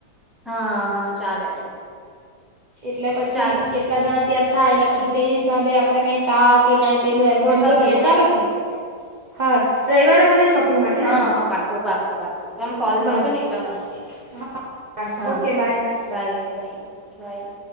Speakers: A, in the centre; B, on the right.
A: હા.... ચાલે.
B: એટલે પછી
A: ચાલો
B: કેટલા જણા ત્યાં થાય ને પછી તે હિસાબે આપડે કઈક, કામ કે કઈ પેલું એમતેમ
A: ગોઠવીએ
B: ગોઠવી એ
A: હે
B: ચાલો
A: ને
B: તો હા, રવિવારે મળીયે શોપિંગ માટે
A: હા
B: હે ને
A: હા પાકું પાકું પાકું તમે કોલ
B: હા
A: કરશો
B: જી
A: ને એટલા માટે
B: હા, હ
A: હા
B: okay bye.
A: Bye bye by.